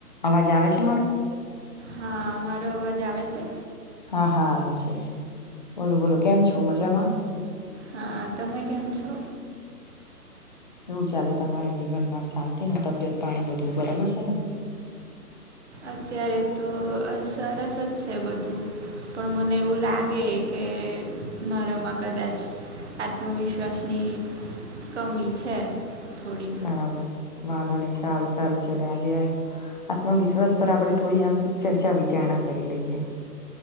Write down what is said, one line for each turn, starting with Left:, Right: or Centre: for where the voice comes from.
Left: અવાજ આવે છે મારો.
Right: હા અમારો અવાજ આવે છે.
Left: હા હા આવે છે બોલો બોલો કેમ છો મજામાં.
Right: હા તમે કેમ છો.
Left: કેવું ચાલે તમારે જીવનમાં શાંતિ ને તબિયત પાણી બધું બરાબર છે ને.
Right: અત્યારે તો સરસ જ છે બધું. પણ મને એવું લાગે કે મારામાં કદાચ આત્મવિશ્વાસ ની કમી છે થોડી.
Left: બરાબર વાંધો નહી સારું સારું ચલે આજે એ આત્મવિશ્વાસ પર આપણે થોડી આમ ચર્ચા વિચારણા કરી લઈએ.